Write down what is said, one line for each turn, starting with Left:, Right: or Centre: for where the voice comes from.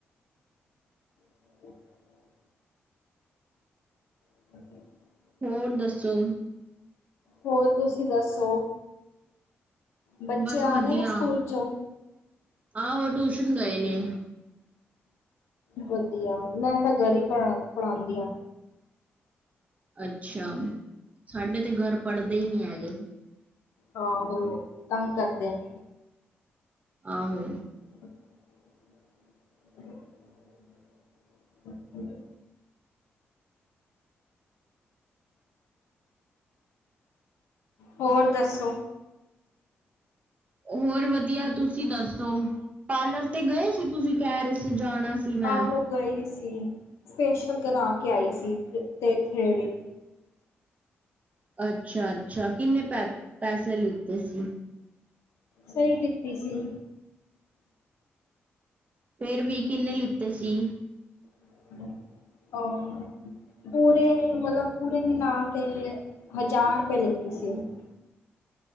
Left: <inaudible> <inaudible>
Right: ਹੋਰ ਦੱਸੋ
Left: ਹੋਰ ਤੁਸੀਂ ਦੱਸੋ ਬੱਚੇ
Right: ਬਸ
Left: ਆਗੇ
Right: ਵਧੀਆ
Left: ਨੇ ਸਕੂਲ ਚੋਂ?
Right: ਆਹੋ ਟੂਸ਼ਨ ਗਏ ਨੇ।
Left: ਵਧੀਆ ਮੈਂ ਤਾਂ ਘਰ ਈ ਪੜ੍ਹਾ ਪੜ੍ਹਾਂਦੀ ਆ।
Right: ਅੱਛਾ ਸਾਡੇ ਤੇ ਘਰ ਪੜ੍ਹਦੇ ਈ ਨੀ ਹੈਗੇ।
Left: ਆਹੋ ਤੰਗ ਕਰਦੇ ਨੇ।
Right: ਆਹੋ।
Left: <inaudible> <inaudible> ਬਾਣਾ ਹੁੰਦਾ। ਹੋਰ ਦੱਸੋ
Right: ਹੋਰ ਵਧੀਆ ਤੁਸੀਂ ਦੱਸੋ ਪਾਰਲਰ ਤੇ ਗਏ ਸੀ ਤੁਸੀਂ ਕੈ ਰੇ ਸ ਸੀ ਜਾਣਾ ਸੀ ਮੈਂ।
Left: ਆਹੋ ਗਈ ਸੀ ਫੇਸ਼ਇਅਲ ਕਰਾ ਕੇ ਆਈ ਸੀ ਤੇ ਥ੍ਰੇਡਿੰਗ।
Right: ਅੱਛਾ-ਅੱਛਾ ਕਿੰਨੇ ਪੈ ਪੈਸੇ ਲਿੱਤੇ ਸੀ?
Left: ਸਈ ਕੀਤੀ ਸੀ।
Right: ਫੇਰ ਵੀ ਕਿੰਨੇ ਲੀੱਤੇ ਸੀ?
Left: <unintelligible> ਪੂਰੇ ਮਤਲਬ ਪੂਰੇ ਮਿਲਾ ਕੇ ਹਜ਼ਾਰ ਰੁਪਏ ਲੈਤੇ ਸੀ ਉਨੇ।